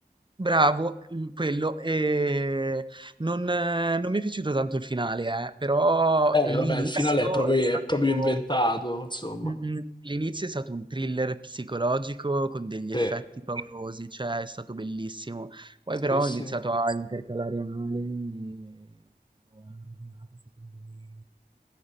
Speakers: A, on the right (about 30°); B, on the left (about 25°).
A: bravo, l- quello, e non, eh, non mi è piaciuto tanto il finale, eh, però
B: Eh,
A: l'inizio
B: vabbè, il finale è proprio,
A: è stato
B: è proprio inventato, insomma.
A: Mh-mh. L'inizio è stato un thriller psicologico con degli
B: Sì,
A: effetti paurosi, cioè è stato bellissimo. Poi
B: sì,
A: però
B: sì.
A: ho iniziato a intercalare male e ho rovinato secondo me